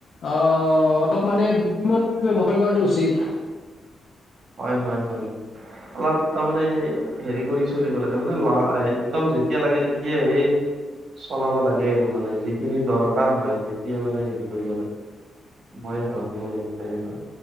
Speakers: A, on the left (about 70°); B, on the right (about 65°).
A: অলপ মানে বুদ্ধিমত্তাৰ ব্যৱহাৰ কৰাটো উচিত।
B: হয় হয় হয়। অলপ তাৰমানে হেৰি কৰি চলিব লাগে। মানে ল হে একদম যেতিয়া লাগে তেতিয় হে চলাব লাগে আৰু মানে যিখিনি দৰকাৰ হয় তেতিয়া মানে হেৰি কৰিব লাগে। মই ভাবোঁ আৰু তেনেকুৱা।